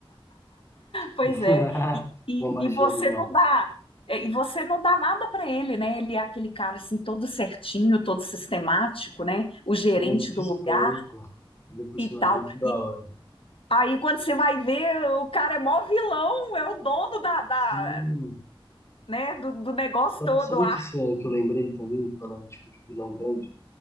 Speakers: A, on the left; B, on the left.
A: Pois
B: <laughs>
A: é, e, e,
B: Uma magia
A: e você
B: do mal.
A: não dá, é, e você não dá nada para ele, né? Ele é aquele cara assim todo certinho, todo sistemático, né? O gerente
B: Ele é muito
A: do
B: esperto,
A: lugar
B: ele é um personagem
A: e tal.
B: muito da
A: E
B: hora.
A: aí quando você vai ver, o cara é mó vilão, é o dono da, da
B: Sim.
A: né, do, do negócio
B: Sabe,
A: todo
B: sabe
A: lá.
B: que, isso é que eu lembrei também, falando, tipo, de vilão grande?